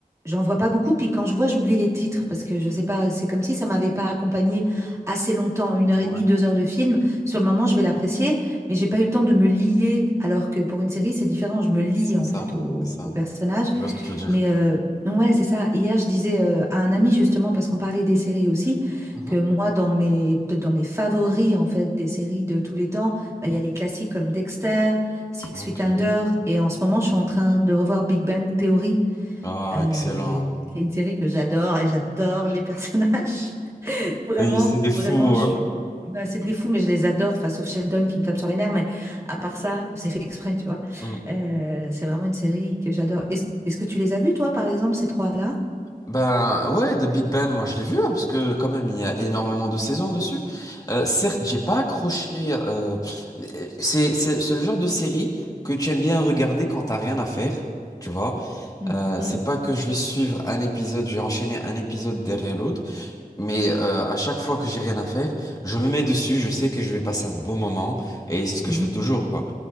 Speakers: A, on the right; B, on the left.
A: j'en vois pas beaucoup. Puis quand je vois, j'oublie les titres parce que je sais pas, c'est comme si ça m'avait pas accompagné assez longtemps, une heure
B: Ouais.
A: et demie, deux heures de film. Sur le moment, je vais l'apprécier, mais j'ai pas eu le temps de me lier. Alors que pour une série, c'est différent. Je me lie
B: C'est
A: en
B: ça,
A: fait au,
B: c'est ça.
A: au personnage.
B: Je vois ce que tu veux dire.
A: Mais euh, ouais, c'est ça. Hier, je disais euh, à un ami justement, parce qu'on parlait des séries aussi,
B: Mhm.
A: que moi, dans mes, de- dans mes favoris en fait des séries de tous les temps, bah, il y a les classiques comme Dexter, Six
B: Ok.
A: Feet Under, et en ce moment, je suis en train de revoir Big Bang Theory,
B: Ah,
A: euh,
B: excellent.
A: qui est une série que j'adore et j'adore les <laughs> personnages. Vraiment,
B: Et c'est des fous.
A: vraiment, je
B: ouais.
A: suis. Bah, c'est des fous, mais je les adore, enfin, sauf Sheldon qui me tape sur les nerfs. Mais à part ça, c'est fait exprès, tu vois.
B: Mm.
A: Euh, c'est vraiment une série que j'adore. Est-ce est-ce que tu les as vus, toi, par exemple, ces trois-là?
B: Ben ouais, The Big Bang, moi je l'ai vu hein, parce que quand même il y a énormément de saisons dessus. Euh, certes, j'ai pas accroché. euh, mais, euh, c'est c'est c'est le genre de série que tu aimes bien regarder quand t'as rien à faire, tu vois.
A: Mm,
B: Euh,
A: mm,
B: c'est pas que je vais suivre un épisode, je vais enchaîner un épisode derrière l'autre, mais euh, à chaque fois que j'ai rien à faire, je me mets dessus. Je sais que je vais passer un bon moment et c'est ce que
A: mhm,
B: je fais toujours quoi.